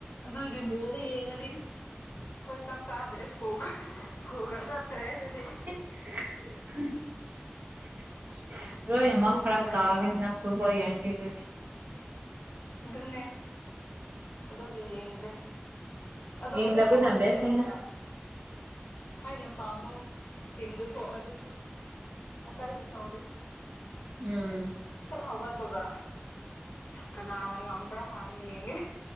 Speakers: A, on the left; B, on the right.
A: ꯑꯗꯨ ꯏꯝꯕꯣꯜꯗ ꯌꯦꯡꯉꯗꯤ ꯑꯩꯈꯣꯏ ꯆꯥꯛ ꯆꯥꯗ꯭ꯔꯦ ꯁꯀꯨꯒꯥ ꯆꯠꯇ꯭ꯔꯦ ꯑꯗꯨꯗꯤ
B: <inaudible> ꯂꯣꯏꯟꯃꯛ
A: ꯂꯣꯏ ꯇꯨꯝꯃꯒ
B: ꯐꯔꯛ
A: ꯂꯩꯕ
B: ꯇꯥꯒꯦꯅꯤ
A: ꯇꯥꯕꯅꯤ
B: ꯅꯪ ꯐꯨꯠꯕꯣꯜ <unintelligible>
A: ꯑꯗꯨꯅꯦ ꯑꯗꯨꯒꯤ ꯌꯦꯡꯗ꯭ꯔꯦ ꯑꯗꯨꯕꯨ
B: ꯌꯦꯡꯗꯕꯅ
A: ꯍꯦꯛ ꯍꯧꯒꯠꯂꯦꯗꯤ
B: ꯕꯦꯁꯅꯤꯗ
A: ꯑꯩꯅ ꯑꯩꯅ ꯄꯥꯝꯕ ꯊꯤꯝꯗꯣ ꯊꯣꯛꯑꯗꯤ ꯑꯇꯩꯗꯨ ꯇꯧꯗꯦ
B: ꯎꯝ
A: ꯍꯦꯛ ꯍꯧꯒꯠꯄꯒ ꯀꯅꯥꯅ ꯉꯝꯕ꯭ꯔꯥ ꯍꯥꯟꯅ ꯌꯦꯡꯉꯦ